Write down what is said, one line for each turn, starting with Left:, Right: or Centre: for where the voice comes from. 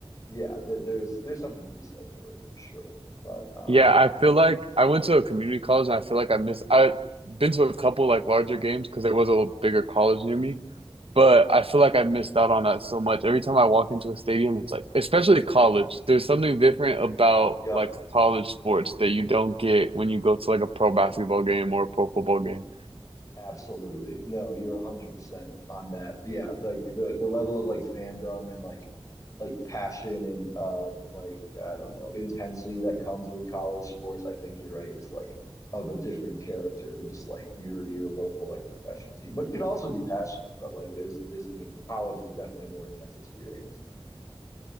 Left: yeah, there, there's there's something to be said for it for sure. But um,
Right: Yeah, I feel like
Left: yeah,
Right: I went to a community college and I feel like I missed I've been to a couple like larger games because there was a bigger college near me. But I feel like I missed out on that so much. Every time I walk into a stadium, it's like, especially college, there's something different about
Left: yep,
Right: like college sports that you don't get when you go to like a pro basketball game or a pro football game.
Left: absolutely. No, you're 100% on that. Yeah, like the the level of like fandom and like like passion and um like I don't know, intensity that comes with college sports, I think you're right, is like of a different character than just like your your local like professional team, which could also be passionate, but like there's there's college is definitely a more intense experience.